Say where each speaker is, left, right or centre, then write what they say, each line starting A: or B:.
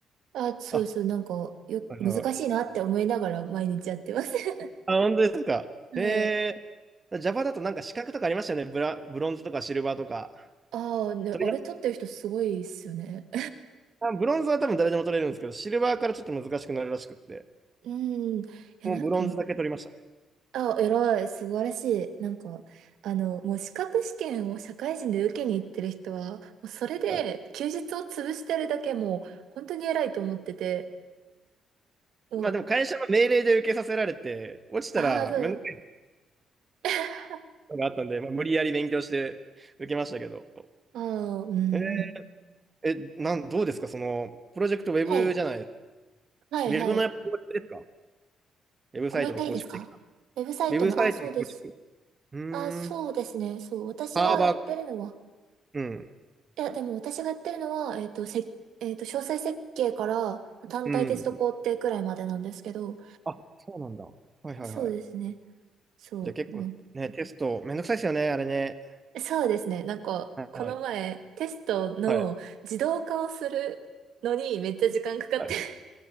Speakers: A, on the right; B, on the right.
A: あ、そうそう、
B: あ、
A: なんか、よ、
B: はいはいはい
A: 難しいなって思いながら毎日やってます。<laughs>
B: あ、本当ですか。
A: はい。
B: へえー、ジャパだとなんか資格とかありましたよね。ブラ、ブロンズとかシルバーとか。
A: ああ、ね、
B: 取りまし
A: あれ撮ってる人すごいっすよね。
B: たあ、ブロンズは多分誰でも取れるんですけど、シルバーからちょっと難しくなるらしくって、
A: <laughs> うん。いや、
B: もうブロンズだけ取りましたね。
A: なんか、あ、偉い、素晴らしい。なんか、あの、もう資格試験を社会人で受けに行ってる人は、もうそれで休日を潰してるだけもう、
B: はい、
A: 本当に偉いと思ってて、もう、
B: まあでも会社の命令で受けさせられて、落ちたら面倒
A: ああ、そう。<laughs>
B: なのがあったんで、まあ、無理やり勉強して受けましたけど。
A: ああ、うん。
B: ええ、なん、どうですかその、プロジェクトウェブじゃない、
A: はい。
B: ウ
A: はい、
B: ェブのやっぱ構築ですか
A: はい。
B: ウェブサイトの構築的な。
A: あもう一回いいですかウェブサイトの、
B: ウェブサイトの構築。
A: あ、そうです。
B: うーん、
A: あ、そうですね。そう。私はやってるのは、
B: ハーバー、うん、
A: いや、でも私がやってるのは、えっと、せ、えっと、詳細設計から単体テスト工程くらいまでなんですけど、
B: うん。あ、そうなんだ。はいはいはい。
A: あ、そうですね。そう。
B: じゃあ結構ね、
A: あの、
B: テストめんどくさいですよね、あれね。
A: そうですね。なんか、
B: はい。
A: この前、テストの自動化をするのにめっちゃ時間かかって
B: はい。はい
A: <laughs>